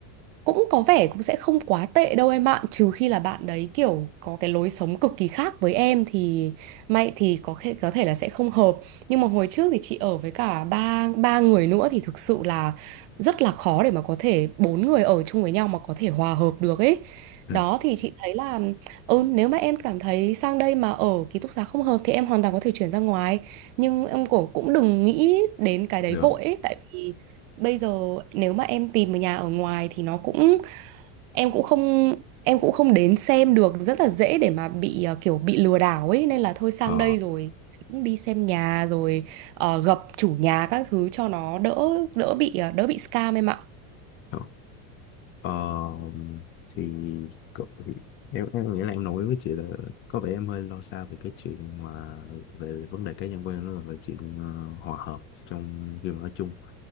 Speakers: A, on the right; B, on the left.
A: cũng có vẻ cũng sẽ không quá tệ đâu em ạ trừ khi là bạn đấy kiểu có cái lối sống cực kỳ khác với em thì may thì có thể có thể là sẽ không hợp nhưng mà hồi trước thì chị ở với cả ba ba người nữa thì thực sự là rất là khó để mà có thể bốn người ở chung với nhau mà có thể hòa hợp được ấy
B: ừ
A: đó thì chị thấy là ừ nếu mà em cảm thấy sang đây mà ở ký túc xá không hợp thì em hoàn toàn có thể chuyển ra ngoài nhưng em cũng cũng đừng nghĩ đến cái đấy
B: được
A: vội ấy tại vì bây giờ nếu mà em tìm một nhà ở ngoài thì nó cũng em cũng không em cũng không đến xem được rất là dễ để mà bị ờ, kiểu bị lừa đảo ấy nên là thôi sang
B: ờ
A: đây rồi cũng đi xem nhà rồi ờ, gặp chủ nhà các thứ cho nó đỡ đỡ bị ờ, đỡ bị scam em ạ
B: ờ ờ, thì, cậu- thì em em nghĩ là em đồng ý với chị là có vẻ em hơi lo xa về cái chuyện mà về vấn đề cá nhân của em nó là về chuyện ờ, hòa hợp trong khi mà ở chung